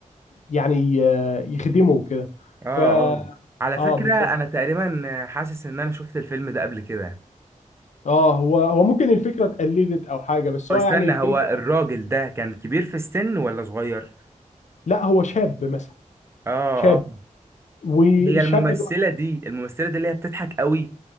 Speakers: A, on the left (about 60°); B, on the right (about 20°).
A: يعني ي- يخدمه كده
B: اه
A: ف
B: اه على
A: اه
B: فكرة
A: بالظبط
B: انا تقريبا حاسس ان انا شفت الفيلم ده قبل كده
A: اه هو هو ممكن الفكره اتقلدت او حاجه بس
B: أو
A: هو
B: استنى
A: يعني فيلم
B: هو الراجل ده كان كبير في السن ولا صغير
A: لا هو شاب مثلا
B: اه
A: شاب
B: اه
A: والشاب
B: هي الممثلة
A: ده
B: دي الممثلة دي اللي هي بتضحك قوي